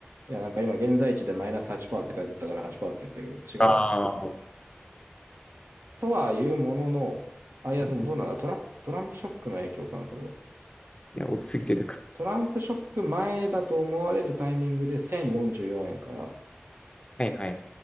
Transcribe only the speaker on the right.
いや、なんか今、現在地でマイナス8%って書いてあったから8%って言ったけど、
違うな、これ。とはいうものの、あ、いや、でもどうなんだトラ、
トランプショックの影響かな、これは。
トランプショック前だと思われるタイミングで1044円から、